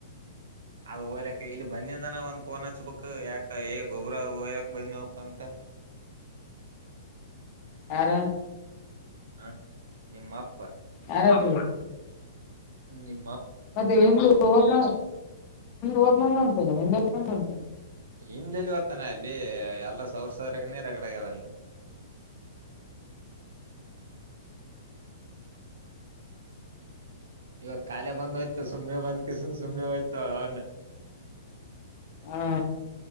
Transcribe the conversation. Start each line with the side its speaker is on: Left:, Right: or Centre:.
Right: ಅದ ಹೋಗ್ಲಕ್ ಇಲ್ಲಿ ಬಂದಿದನ ಒಂದ್ ಪೋನ್ ಹಚ್ಬೇಕಕ್ ಯಾಕ ಏ ಗೊಬ್ರ ಓಯ್ಕ್ ಬಂದ್ವಪ್ಪ ಅಂತ
Left: ಯರ
Right: ಹ ನಿಮ್ಮ ಅಪ್ಪ
Left: ಆರದು
Right: ಹ್ಮ ನಿಮ್ಮ
Left: ಮತ್ತೆ ಹ ಓದ ಓದನ ಅಂತೇನೆಂತನೆ
Right: ಹಮ್ದಲ್ಲಿ ಹೊತ್ತಾನ ಅಲ್ಲಿ ಎಲ್ರ ಸಾವರ್ ಸಾವಿರಗ್ ನೀ ರಗಡೆಗದಾನ ಇವತ್ ಕಾಲ ಬಂದೋಯ್ತು ಸುಮ್ನೆ ಬಂದ್ ಕಿಸ ಸುಮ್ಮನೆ ಹೋಯ್ತವಳ ಅವನ್ನೆ
Left: ಹಾ